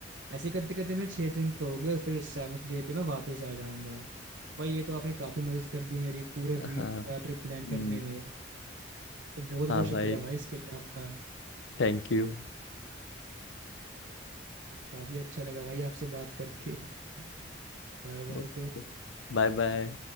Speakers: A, on the right; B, on the left.
A: ऐसे करते करते मेरे छह दिन तो हो गए और फिर सेवन्थ डे पे मैं वापस आ जाऊंगा तो भाई ये तो आपने काफी मदद कर दी मेरी पूरे
B: हाँ
A: वीक
B: हाँ
A: का ट्रिप प्लान
B: हम्म,
A: करने में तो बहुत बहुत
B: हाँ
A: शुक्रिया
B: भाई
A: भाई इसके लिए आपका
B: Thank you
A: काफी अच्छा लगा भाई आपसे बात करके <laughs> बाय बाय
B: Okay
A: फिर
B: Bye bye